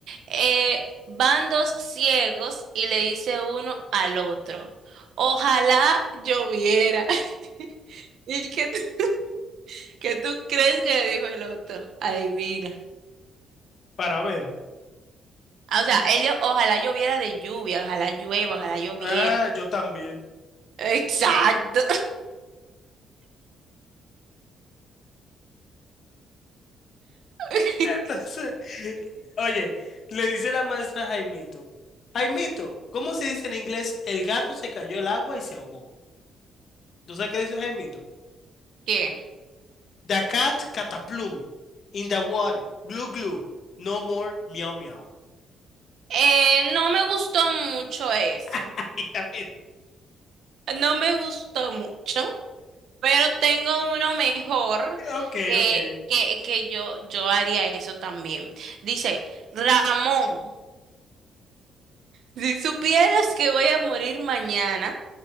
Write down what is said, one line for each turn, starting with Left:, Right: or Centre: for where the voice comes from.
Right: Eh, van dos ciegos y le dice uno al otro, ojalá lloviera. <laughs> ¿Y qué tú, <laughs> qué tú crees que le dijo el otro? Adivina.
Left: Para ver.
Right: Ah, o sea, él, dijo, ojalá lloviera de lluvia, ojalá llueva, ojalá lloviera.
Left: Ah, yo también.
Right: Exacto. <laughs>
Left: Entonces, <laughs> oye, le dice la maestra a Jaimito, Jaimito, ¿cómo se dice en inglés? El gato se cayó al agua y se ahogó. ¿Tú sabes qué dice Jaimito?
Right: ¿Qué?
Left: The cat cataplum in the water. Glue glue. No more miau miau.
Right: Eh, no me gustó mucho ese.
Left: <laughs> Y a
Right: No me gustó mucho, pero tengo uno mejor
Left: Ok,
Right: que,
Left: ok.
Right: que, que yo, yo haría eso también. Dice, Ramón, si supieras que voy a morir mañana,